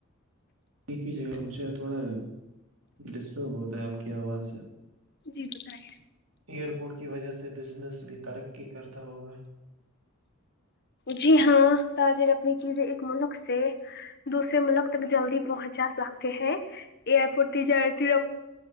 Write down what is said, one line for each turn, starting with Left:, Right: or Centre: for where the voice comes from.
Right: ایک ہی جگہ مجھے تھوڑا ڈسٹرب ہوتا ہے آپ کی آواز سے
Left: جی بتائیے
Right: ایئر پورٹ کی وجہ سے بزنس بھی ترقی کرتا ہوگا
Left: جی ہاں تاجر اپنی چیزیں ایک ملک سے دوسے ملک تک جلدی پہنچا سکتے ہیں ایئرپورٹ ت جتی